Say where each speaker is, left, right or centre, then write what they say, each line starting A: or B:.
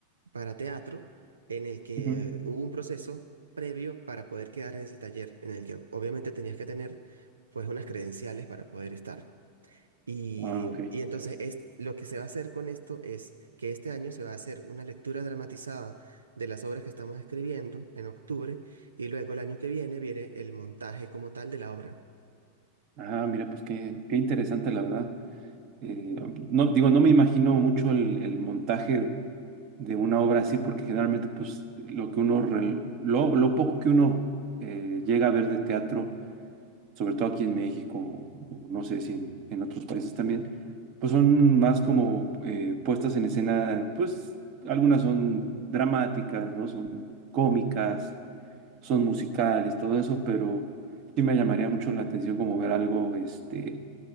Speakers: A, on the right; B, on the right.
A: para teatro en el que
B: Ujú.
A: hubo un proceso previo para poder quedar en ese taller, en el que obviamente tenías que tener pues unas credenciales para poder estar. Y,
B: Ah, ok.
A: y entonces es, lo que se va a hacer con esto es que este año se va a hacer una lectura dramatizada de las obras que estamos escribiendo en octubre y luego el año que viene viene el montaje como tal de la obra.
B: Ah, mira, pues qué, qué interesante, la verdad. Eh, no, digo, no me imagino mucho el, el montaje de una obra así, porque generalmente, pues, lo que uno, re- lo, lo poco que uno eh, llega a ver de teatro sobre todo aquí en México, o no sé si en, en otros países también, pues son más como eh, puestas en escena, pues algunas son dramáticas, ¿no? Son cómicas, son musicales, todo eso, pero sí me llamaría mucho la atención como ver algo, este,